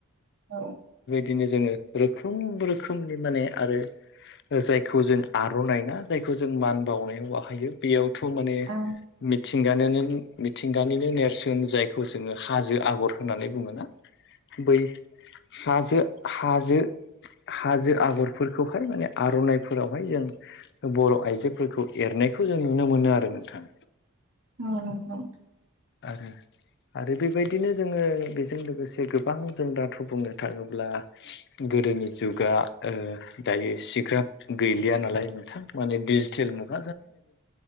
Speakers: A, on the right (about 65°); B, on the left (about 50°).
A: औ
B: दिनो जोङो रोखोम रोखोमनि माने आरो ओ जायखौ जों आर'नाइ ना जायखौ जों मान बावनायाव बाहायो बेयावथ' माने
A: औ
B: मि थिंगानोनोन मिथिंगानिनो नेरसोन जायखौ जोङो हाजो आगर होननानै बुङोना बै हाजो हाजो हाजो आगरफोरखौहाय माने आर'नाइफोराव हाय जों बर' आइजोफोरखौ एरनायखौ जों नुनो मोनो आरो नोंथां
A: औ नंगौ नोंथां
B: आरो आरो बेबायदिनो जोङो बेजों लोगोसे गोबां जों दाथ' बुंनो थाङोब्ला <inaudible> गोदोनि जुगा ओ दायो एसेग्राब गैलिया नालाय नोंथां माने डिजिथेल मुग